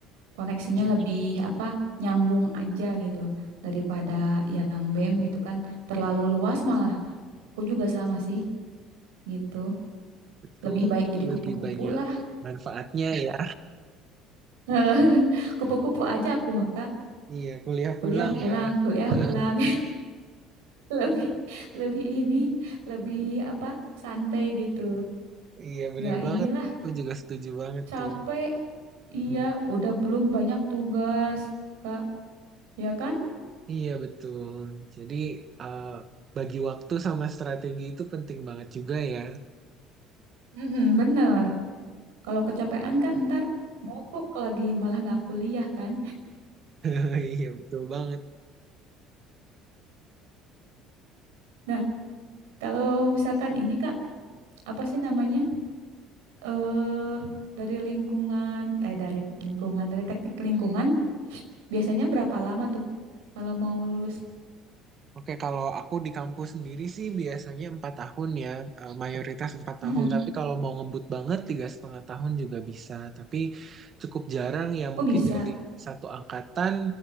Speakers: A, on the right (about 90°); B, on the right (about 45°).
A: Koneksinya
B: Iya,
A: lebih apa? Nyambung aja gitu daripada yang BEM gitu kan terlalu luas malah Aku juga sama sih, gitu.
B: betul.
A: Lebih baik
B: Jadi
A: jadi
B: lebih
A: kupu-kupu
B: banyak
A: lah.
B: manfaatnya ya.
A: <laughs> Kupu-kupu aja aku maka
B: Iya, kuliah
A: kuliah
B: pulang
A: pulang,
B: ya.
A: kuliah
B: <laughs>
A: pulang. <laughs> Lebih lebih ini, lebih apa? Santai gitu.
B: Iya, bener
A: Nggak
B: banget.
A: inilah
B: Aku juga setuju banget
A: capek.
B: tuh.
A: Iya, udah belum banyak tugas, Kak. Ya kan?
B: Iya, betul. Jadi, eh, bagi waktu sama strategi itu penting banget juga ya.
A: Mm-mm, bener. Kalau kecapean kan ntar mogok lagi, malah nggak kuliah kan.
B: <laughs> Iya, betul banget.
A: Nah, kalau misalkan ini Kak, apa sih namanya? eh dari lingkungan eh dari lingkungan dari teknik lingkungan biasanya berapa lama tuh kalau mau lulus?
B: Oke, kalau aku di kampus sendiri sih biasanya empat tahun ya, eh, mayoritas empat
A: Mm-mm.
B: tahun. Tapi kalau mau ngebut banget tiga setengah tahun juga bisa. Tapi cukup jarang ya,
A: Oh
B: mungkin
A: bisa.
B: dari satu angkatan